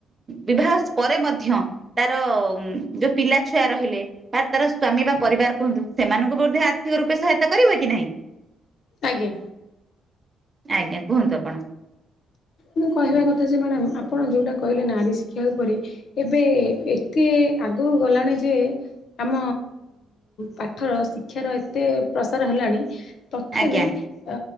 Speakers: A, on the right; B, on the left.
A: ବିବାହ ପରେ ମଧ୍ୟ ତାର ଯୋଉ ପିଲା ଛୁଆ ରହିଲେ ବା ତାର ସ୍ଵାମୀ ବା ପରିବାର କୁହନ୍ତୁ ସେମାନଙ୍କୁ ମଧ୍ୟ ଆର୍ଥିକ ରୂପେ ସହାୟତା କରିବ କି ନାହିଁ।
B: ଆଜ୍ଞା
A: ଆଜ୍ଞା କୁହନ୍ତୁ ଆପଣ।
B: ମୁଁ କହିବା କଥା ଯେ ମ୍ୟାଡ଼ାାମ ଆପଣ ଯୋଉଟା କହିଲେ ନାରୀ ଶିକ୍ଷା ଉପରେ ଏବେ ଏତେ ଆଗକୁ ଗଲାଣି ଯେ ଆମ ପାଠର ଶିକ୍ଷାର ଏତେ ପ୍ରସାର ହେଲାଣି ତଥାପି
A: ଆଜ୍ଞା
B: ଅ